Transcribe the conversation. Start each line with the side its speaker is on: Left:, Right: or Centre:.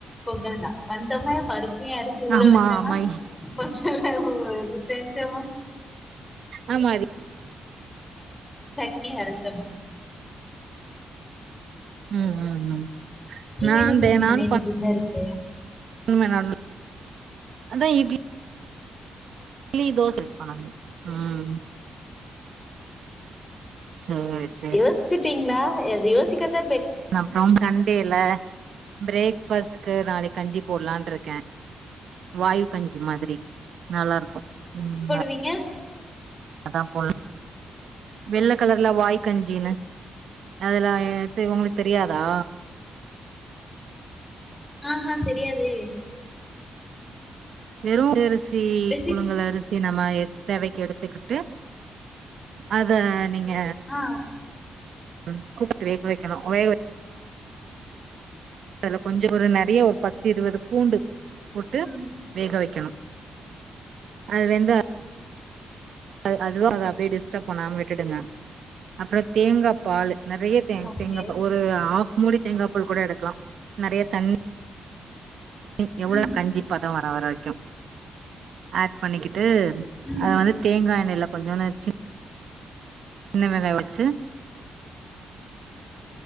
Left: பொங்கல் தா வந்தமா பருப்பையு அரிசி ஊர
Right: ஆமா
Left: வச்சமா
Right: ஆமா
Left: <unintelligible> செஞ்சமா
Right: ஆமா அதுக்
Left: சட்னி அரச்சமா
Right: உம் உம் உம்
Left: நீங்க
Right: நாந்தே
Left: என்ன செஞ்சீங்க
Right: நான்னு
Left: நைட்டு
Right: ப
Left: டின்னருக்கு
Right: உண்மதா அது அதான் இட்லி இட்லி தோச பண்னனும் உம் செரி செ
Left: யோசிச்சுட்டீங்களா எத யோசிக்கற்த
Right: அப்றம் சண்டேல பிரேக் ஃபஸ்ட்கு நாளைக்கு கஞ்சி போல்லான் இருக்கேன் வாயு கஞ்சி மாதிரி நல்லாருக்கும் உம்
Left: ரிங்க
Right: அதான் போல் வெள்ள கலர்ல வாய்கஞ்சின்னு அதெல்லாம் எ உங்களுக்கு தெரியாதா
Left: ஆஹா தெரியாதே
Right: வெறும் அரிசி
Left: ரெசிபிஸ்
Right: புலுங்கல அரிசி நம்ம தேவைக்கு எடுத்துக்கிட்டு அத நீங்க
Left: ஆ
Right: உ கூப்புட்டு வேக வெக்கணும் வேக அதுல கொஞ்சம் ஒரு நெறைய ஒரு பத்து இருவது பூண்டு போட்டு
Left: ம்
Right: வேக வைக்கணும் அது வெந்தா அ அதுவும் அத அப்படியே டிஸ்டர்ப் பண்ணாம விட்டுடுங்க அப்புறம் தேங்காய் பால் நெறைய தேங்
Left: ஓகே
Right: தேங்காபா ஒரு ஹாஃப் மூடி தேங்கா பால் கூட எடுக்கலாம் நெறைய தண்ணி ணி எவ்வளோ
Left: ம்
Right: கஞ்சிப்பதம் வர வரைக்கும் ஆட் பண்ணிக்கிட்டு
Left: ம்
Right: அத வந்து தேங்காய் எண்ணெய எல்லாம் கொஞ்சம் சி சின்ன வெங்காயம் உச்சு
Left: <inaudible>